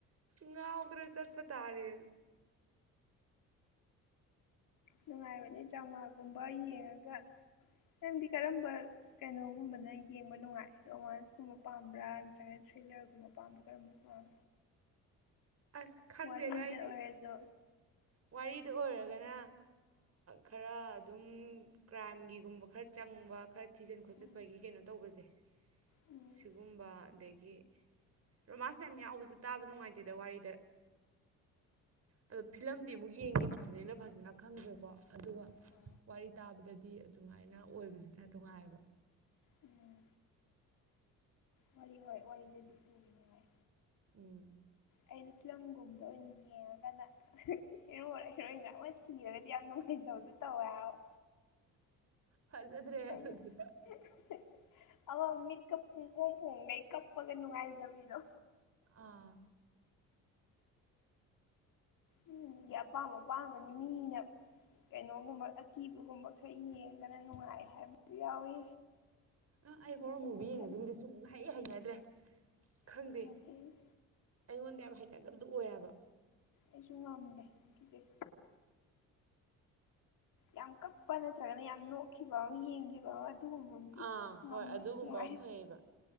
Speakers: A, on the right (about 45°); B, on the left (about 60°).
A: ꯉꯥꯎꯗꯅ ꯆꯠꯄ ꯇꯥꯥꯔꯦꯅ
B: ꯅꯨꯡꯉꯥꯏꯕꯅꯤ ꯗꯔ꯭ꯃꯥꯒꯨꯝꯕ ꯌꯦꯡꯉꯒ ꯅꯪꯗꯤ ꯀꯔꯝꯕ ꯀꯩꯅꯣꯒꯨꯝꯕꯅ ꯌꯦꯡꯕ ꯅꯨꯡꯉꯥꯏ ꯔꯣꯃꯥꯟꯁꯀꯨꯝꯕ ꯄꯥꯝꯕ꯭ꯔꯥ ꯅꯠꯇ꯭ꯔꯒ ꯊ꯭ꯔꯤꯂꯔꯒꯨꯝꯕ ꯄꯥꯝꯕ꯭ꯔꯥ ꯀꯔꯝꯕꯥ ꯄꯥꯝ
A: ꯑꯁ ꯈꯪꯗꯦꯗ
B: ꯋꯥꯔꯤꯗ
A: ꯑꯩꯗꯤ
B: ꯑꯣꯏꯔꯖꯨ
A: ꯋꯥꯔꯤꯗ ꯑꯣꯏꯔꯒꯅ ꯈꯔ ꯑꯗꯨꯝ ꯀ꯭ꯔꯥꯏꯝꯒꯤꯒꯨꯝꯕ ꯈꯔ ꯆꯪꯕ ꯈꯔ ꯊꯤꯖꯤꯟ ꯈꯣꯠꯆꯤꯟꯕꯒꯤ
B: ꯎꯝ
A: ꯀꯩꯅꯣ ꯇꯧꯕꯁꯦ
B: ꯎꯝ
A: ꯁꯤꯒꯨꯝꯕ ꯑꯗꯒꯤ ꯔꯣꯃꯥꯟꯁ ꯌꯥꯝ ꯌꯥꯎꯕꯁꯨ ꯇꯥꯕ ꯅꯨꯡꯉꯥꯏꯇꯦꯗ ꯋꯥꯔꯤꯗ ꯑꯗ‌ꯣ ꯐ ꯐꯤꯂꯝꯗꯤ ꯑꯃꯨꯛ ꯌꯦꯡꯈꯤꯗ꯭ꯔꯕꯅꯤꯅ ꯐꯖꯅ ꯈꯪꯗ꯭ꯔꯦꯀꯣ ꯑꯗꯨꯒ
B: ꯍꯣꯏ
A: ꯋꯥꯔꯤ ꯇꯥꯕꯗꯗꯤ ꯑꯗꯨꯃꯥꯏꯅ ꯑꯣꯏꯕꯖꯤꯅ ꯅꯨꯡꯉꯥꯏꯕ
B: ꯎꯝ ꯋꯥꯔꯤ ꯍꯣꯏ ꯋꯥꯔꯤꯗꯗꯤ ꯑꯗꯨꯝꯕ ꯅꯨꯡꯉꯥꯏ
A: ꯎꯝ
B: ꯑꯩꯅ ꯐꯤꯂꯝꯒꯨꯝꯕ ꯑꯣꯏꯅ ꯌꯦꯡꯉꯒꯅ ꯍꯤꯔꯣꯔ ꯍ‌ꯦꯔꯣꯏꯟꯂ ꯑꯃ ꯁꯤꯔꯒꯗꯤ ꯌꯥꯝ ꯅꯨꯡꯉꯥꯏꯖꯕꯗ‌ꯣ ꯇꯧꯋꯦ ꯑꯕ
A: ꯐꯖꯗ꯭ꯔꯦ
B: ꯀꯩꯅ‌ꯣ
A: ꯑꯗꯨꯗꯤ
B: <unintelligible> ꯑꯃ ꯃꯤꯠꯀ ꯄꯨꯡꯄ‌ꯣꯝꯡ ꯄ‌ꯣꯡꯒꯩ ꯀꯞꯄꯒ ꯅꯨꯡꯉꯥꯏꯖꯕꯤꯗꯣ
A: ꯑꯥ
B: ꯎꯝ ꯒꯤ ꯑꯄꯥꯝꯕꯄꯥꯝꯕꯅꯤ ꯃꯤꯅ ꯀꯩꯅꯣꯒꯨꯝꯕ ꯑꯀꯤꯕꯒꯨꯝꯕ ꯈꯔ ꯌꯦꯡꯗꯅ ꯅꯨꯡꯉꯥꯏ ꯍꯥꯏꯕꯁꯨ ꯌꯥꯎꯋꯤ
A: ꯑ ꯑꯩ ꯍꯣꯔ‌ꯣꯔ
B: ꯃꯈꯟ
A: ꯃꯨꯚꯤ
B: ꯃꯈꯟ
A: ꯌꯦꯡꯕꯁꯤꯃꯗꯤ ꯁꯨꯡ ꯍꯩ ꯍꯩꯅꯗ꯭ꯔꯦ ꯈꯪꯗꯦ
B: ꯍꯩꯅꯗꯦ
A: ꯑꯩꯉꯣꯟꯗ ꯌꯥꯝ ꯍꯩꯅꯗꯕꯗꯣ ꯑꯣꯏ ꯍꯥꯏꯕ
B: ꯑꯩꯁꯨ ꯉꯝꯗꯦ ꯀꯤꯖꯩ ꯌꯥꯝ ꯀꯞꯄ ꯅꯠꯇ꯭ꯔꯒꯅ ꯌꯥꯝ ꯅꯣꯛꯈꯤꯕ ꯑꯃ ꯌꯦꯡꯈꯤꯕ ꯑꯃ ꯑꯗꯨꯒꯨꯝꯕ ꯑꯃꯗꯤ
A: ꯑꯥ
B: ꯉꯝꯃꯦ
A: ꯍꯣꯏ ꯑꯗꯨꯒꯨꯝꯕ
B: ꯅꯨꯡꯉꯥꯏ
A: ꯑꯃ ꯐꯩꯌꯦꯕ